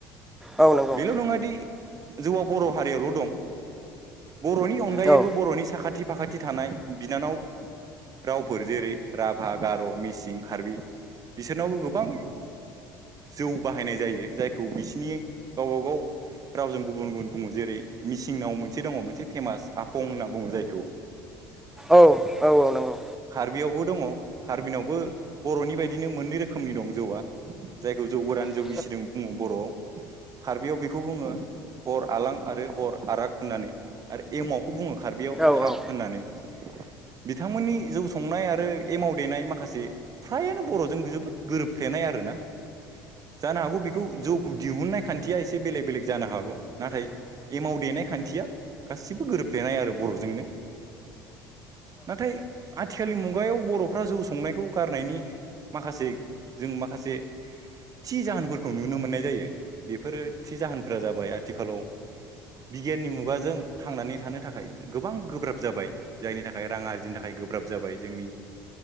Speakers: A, in the centre; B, on the right (about 35°).
A: औ नंगौ
B: बेल' नङा दि जौवा बर' हारियावल' दं। बर'नि अनगायैबो
A: औ
B: बर'नि साखाथि फाखाथि थानाय बिनानाव रावफोर जेरै राभा र', मिसिं, कार्बि बिसोरनावबो गोबां जौ बाहायनाय जायो। जायखौ बिसिनि गावबा गाव रावजों गुबुन गुबुन बुङो। जेरै मिसिंनाव मोनसे दङ मोनसे फेमास आपं होनना बुङो जायखौ।
A: औ औ औ नंगौ।
B: बियावबो दङ, कार्बिनावबो बर'नि बायदिनो मोननै रोखोमनि दं जौवा, जायखौ जौ गोरान जौगिसिदों
A: औ नंगौ औ नंगौ औ
B: बुङो बर'वाव। कार्बियाव बेखौ बुङो गर आलां आरो गर आराग होननानै आरो एमाव खौ बुङो खार्बियाव
A: औ
B: थाब
A: औ
B: होननानै। बिथांमोननि जौ संनाय आरो एमाव देनाय माखासे फ्रायानो बर'जों जोबोद गोरोबफ्लेनाय आरोना। जानो हागौ बेखौ जौखौ दिहुननाय खान्थिया एसे बेलेग बेलेग जानो हागौ। नाथाय एमाव देनाय खान्थिया गासिबो गोरोबफ्लेनाय आरो बर'जोंनो। नाथाय आथिखालनि मुगायाव बर' फ्रा जौ संनायखौ गारनायनि माखासे जों माखासे थि जाहोनफोरखौ नुनो मोननाय जायो। बेफोरो थि जाहोनफोरा जाबाय आथिखालाव बिगियाननि मुगाजों थांनानै थानो थाखाय गोबां गोब्राब जाबाय। जायनि थाखाय रां आरजिनो थाखाय गोब्राब जाबाय जोंनि